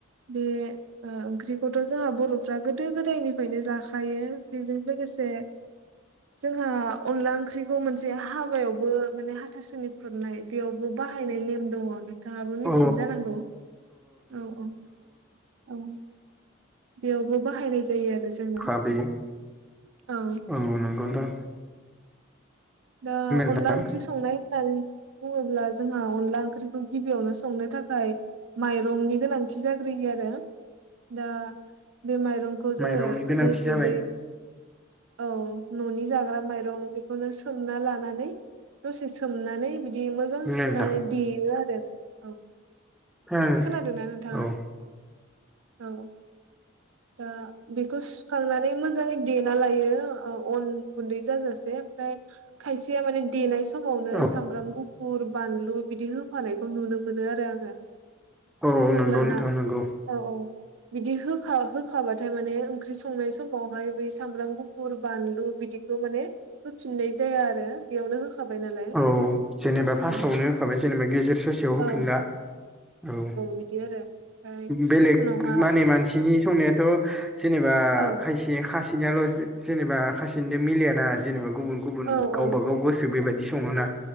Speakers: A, on the right; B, in the centre.
A: बे ओंख्रिखौथ' जोंहा बर'फ्रा गोदो गोदायनिफ्रायनो जाखायो बेजों लोगोसे जोंहा अनला ओंख्रिखौ मोनसे हाबायावबो माने हाथासुनि खुरनाय बेयावबो बाहायनाय नेम दङ न नोंथाङाबो मिथियै
B: औ
A: जानांगौ औ औ औ बेयावबो बाहायनाय जायो आरो जोंना
B: खाबि
A: औ
B: आं नंगौ दा
A: दा
B: नोंथां
A: अनला ओंख्रि संनाय न बुङोब्ला जोंहा अनला ओंख्रिखौ गिबियावनो संनो थाखाय माइरंनि गोनांथि जाग्रोयो आरो दा बे माइरं जो
B: माइरंनि
A: जहेथु
B: गोनांथि जाबाय
A: बै औ न'नि जाग्रा माइरं बेखौनो सोमना लानानै दसे सोमनानै बिदि मोजां
B: बुंलाय
A: सुनानै
B: नोंथां
A: देयो आरो औ
B: खोनादों
A: खोनादोंना नोंथाङा।
B: औ
A: औ दा बेकस सुखांनानै मोजाङै देना लायो अन गुन्दै जाजासे ओमफ्राय खायसेया माने देनाय समावनो
B: औ
A: सामब्राम गुफ फुर बानलु बिदि होफानायखौ नुनो मोनो आरो आङो
B: औ
A: अब्लाना
B: नंगौ नोंथां नंगौ
A: औ औ बिदि होखा होखाबाथाय माने ओंख्रि संनाय समावहाय बै सामब्राम गुफुर बानलु बिदि माने फिननाय जाया आरो बेयावनो हो नालाय
B: औ जेनेबा
A: औ
B: फार्स्टआवनो होखाबाय जेनेबा गेजेर ससेयाव
A: औ
B: होफिनला औ
A: बिदि आरो ओमफ्राय
B: बेलेग
A: उनावहा
B: माने मानसिनि संनाय थ' जेनेबा
A: औ
B: खायसे खासिनियाल' जेनेबा खासिनिजों मिलायाना जेनेबा गुबुन गुबुन
A: औ
B: गावबा
A: औ
B: गाव गोसो बेबायदि संहोना